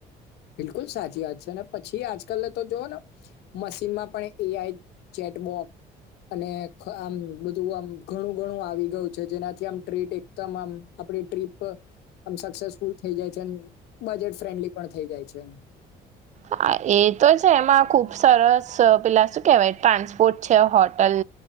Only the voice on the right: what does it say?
હા એ તો છે એમાં ખુબ સરસ પેલા શું કેહેવાય ટ્રાન્સપોર્ટ છે હોટલ